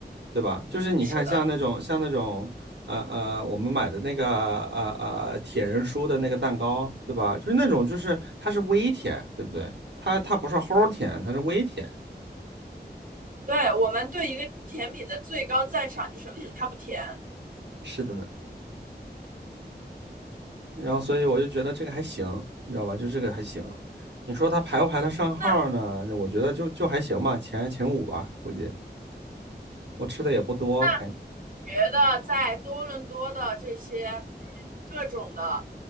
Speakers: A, on the right; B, on the right.
A: 对吧？就是你看，
B: 是的，
A: 像那种像那种呃呃，我们买的那个呃呃铁人酥的那个蛋糕，对吧？就是那种就是它是微甜，对不对？它它不是齁甜，它是微甜。
B: 对，我们对一个甜品的最高赞赏就是，嗯，它不甜。
A: 是的呢。然后所以我就觉得这个还行，你知道吧？就这个还行。你说它排不排得上号呢？
B: 那
A: 那我觉得就就还行吧，前前五吧，估计。我吃的也不多，
B: 那
A: 感
B: 觉得在多伦多的这些嗯各种的